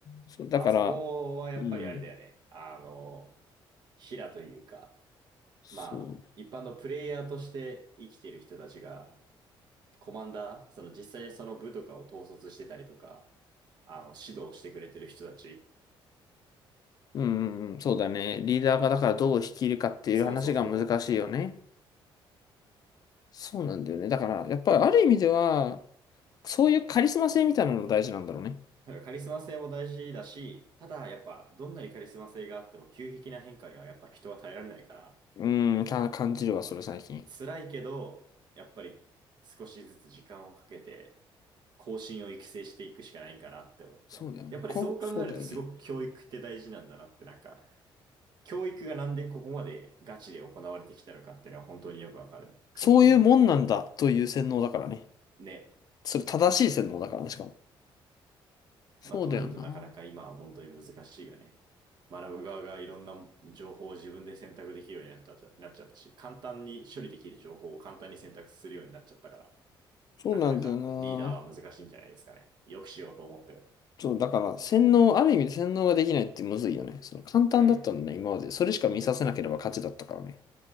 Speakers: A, on the left (about 45°); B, on the right (about 55°).
A: そう、だから、
B: まあそこはやっぱりあれだよね。
A: うん、
B: あの、平というか、
A: そ
B: まあ一般のプレイヤーとして生きてる人たちがコマンダー、その実際その部とかを統率してたりとか、あの、指導してくれてる人たち。
A: う、うん、うん、うんそうだね。リーダーがだからどう率いるかっていう話が難しいよね。
B: そうそうそうそう。
A: そうなんだよね。だから、やっぱりある意味では、そういうカリスマ性みたいなのも大事なんだろうね。
B: だからカリスマ性も大事だし、ただやっぱどんなにカリスマ性があっても急激な変化にはやっぱ人は耐えられないから、
A: うん、か感じるわ、それ最近。
B: 辛いけど、やっぱり少しずつ時間をかけて、後進を育成していくしかないんかなって思った。
A: そうだよね。
B: やっぱりそう考えるとすごく教育って大事なんだなってなんか、
A: こう、そうだよね。
B: 教育がなんでここまでガチで行われてきたのかっていうのは本当によくわかるね。国において。
A: そういうもんなんだという洗脳だからね。
B: ね。
A: それ正しい洗脳だからね、しかも。そうだよな。
B: まあ、となるとなかなか今は本当に難しいよね。学ぶ側がいろんな情報を自分で選択できるようになった、なっちゃったし、簡単に処理できる情報を簡単に選択するようになっちゃったから、
A: そうなんだよな。
B: なかなかリーダーは難しいんじゃないですかね。よくしようと思っても。
A: そう、だから洗脳、ある意味で洗脳ができないってむずいよね。その簡単だったんだね、
B: うん。
A: 今まで。それしか見させなければ勝ちだったからね。